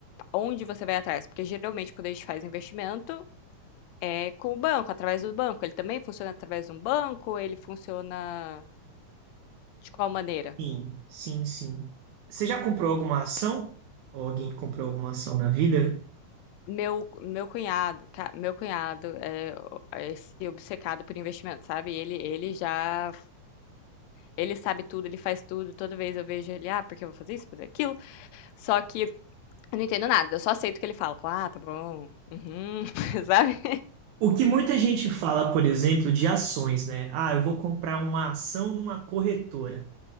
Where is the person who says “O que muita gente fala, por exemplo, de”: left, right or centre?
Right